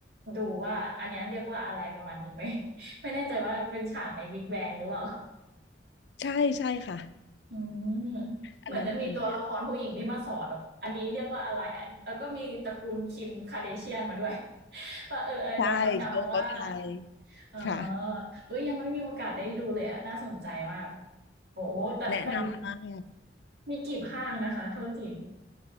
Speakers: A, on the right (about 60°); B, on the left (about 70°).
A: ดูว่าอันเนี้ยเรียกว่าอะไรประมาณนี้ไหม <laughs> ไม่แน่ใจว่าเป็นฉากในวิกแบงหรือเปล่า
B: ใช่ใช่ค่ะ
A: อืมเหมือนจะมีตัวละครผู้หญิงที่มาสอนแบบอันนี้เรียกว่าอะไรอันแล้วก็มีตระกูลคิมคาเดเชียนมาด้วย
B: อันนั้นเลย
A: <laughs> ว่าเอออันเนี้ยเขาดังว่า
B: ใช่เขาเขาไทย
A: เออ
B: ค่ะ
A: เอ้ยยังไม่มีโอกาสได้ดูเลยอะน่าสนใจมากโอ้แต่แต่
B: แนะนำมาก
A: มีกี่ภาคนะคะโทษที